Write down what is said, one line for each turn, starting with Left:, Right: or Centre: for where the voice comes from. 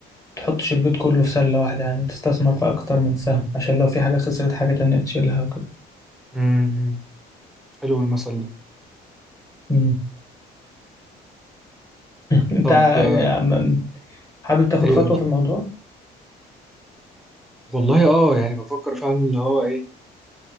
Left: تحطش البيت كله في سلة واحدة يعني تستثمر في أكتر من سهم عشان لو في حاجة خسرت حاجة تانية تشيلها وكده
Centre: امم حلو المثل ده
Left: مم. <laughs> أنت
Centre: طب
Left: ع-
Centre: آه،
Left: حابب تاخد
Centre: ايه
Left: خطوة
Centre: قول
Left: في الموضوع؟
Centre: والله اه يعني بفكر فعلا اللي هو ايه